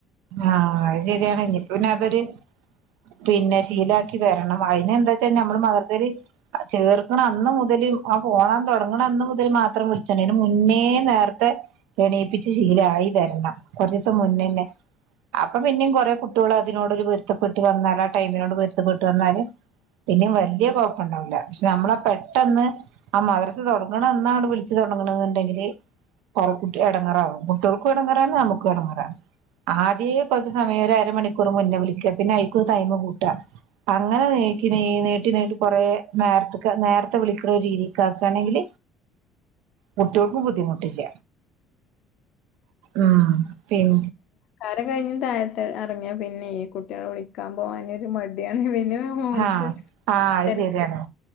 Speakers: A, on the right; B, on the left.
A: ആ, അത് ശരിയാണ് പിന്നെ അതൊരു, പിന്നെ ശീലാക്കി വരണം, അതിനെന്താന്ന് വെച്ച നമ്മള് മദ്രസെല് ചേർക്കണ അന്ന് മുതല് ആ ഫോളം തുടങ്ങുന്ന അന്നു മുതല് മാത്രം വിളിച്ച അതിനു മുന്നേ നേരത്തെ എണീപ്പിച്ച് ശീലായി വരണം, കുറച്ചു ദിവസം മുന്നേന്നെ അപ്പോ പിന്നെയും കുറെ കുട്ടികൾ അതിനോട് ഒരു പൊരുത്തപ്പെട്ട് വന്ന് ആ ടൈമിനോട് പൊരുത്ത വന്നാൽ പിന്നെ വല്യയ കുഴപ്പം ഉണ്ടാകില്ല പക്ഷേ നമ്മളാ പെട്ടെന്ന് ആ മദ്രസ തൊടങ്ങ്ണന്ന് ആ വിളി <unintelligible> തൊടങ്ങ്ണന്ന്ണ്ടങ്കില് റെ കുട്ടി എടങ്ങേറാകും അവർക്കും എടങ്ങേറാണ് നമുക്കും എടങ്ങേറാണ് ഒരേ കുറച്ച്സമയം വരെ അര മണിക്കൂർ മുന്നേ വിളിക്കുക പിന്നെ അയിക്കൊരു ടൈം കൂട്ട അങ്ങനെ നീക്കി നീട്ടി നീട്ടി നീട്ടി കുറെ നേരത്ക് നേരത്തെ വിളിക്കുന്ന രീതിക്കാണെങ്കിൽ കുട്ടികൾക്കും ബുദ്ധിമുട്ടില്ല ഉം പിൻ
B: കാര്യം കയിഞ്ഞ് നേരത്തെ ഇറങ്ങിയാൽ പിന്നെ ഈ കുട്ടികളെ വിളിക്കാൻ പോകാനൊരു മടിയാണ് ന്റെ മോൾക്ക്
A: ആഹ് ആഹ് അത്
B: തെര്ക്ക്
A: ശരിയാണ്